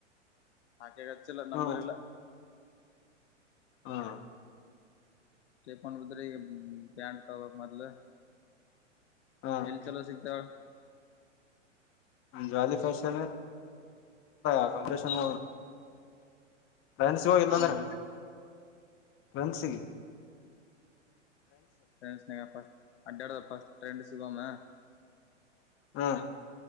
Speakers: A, on the left (about 65°); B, on the left (about 35°).
A: ಆಾಕೆ ಹಚ್ಚಿಲ್ಲ ನಂಬರ್
B: ಹ್ಮ್
A: ಇಲ್ಲ
B: ಹಾ
A: ಸ್ಟೆಪನ್ ಬರ ಪ್ಯಾಂಟ್ ತ ಮದಲ
B: ಹ್ಮ್
A: ಎಲ್ಲಿ ಚಲೋ ಸಿಗ್ತಾಳ
B: ಅಂಜವಾಲಿ ಫ್ಯಾಷನ್ ಅಕಮಿಡೆೇಶನ್ ಟ್ರೆಂಡ್ಸ್ ಹೋಗ ಇಲ್ಲ ಅಂದ್ರ
A: ಹ್ಮ್
B: ಫನ್ಸಿಗೆ
A: ಟ್ರೈಫಸ್ಟ್ ಅಡ್ಡಡ ಫಸ್ಟ್ ಟ್ರೈಂಡ ಸಿಗೋಮ್ಮ
B: ಹಾ